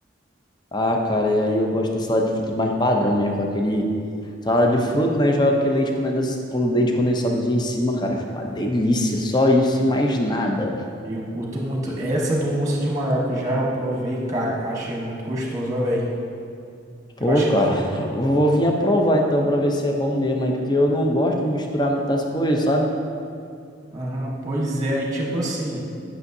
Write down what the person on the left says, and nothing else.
Ah, cara, e aí eu gosto da salada de fruta mais padrão mesmo, com aquele... Salada de fruta, né, joga aquele leite condens- com leite condensadozinho em cima, cara, fica uma delícia. Só isso
e mais nada.
Pô,
cara, eu vou vir aprovar então pra ver se é bom mesmo, aí, porque eu não gosto de misturar muitas coisas, sabe?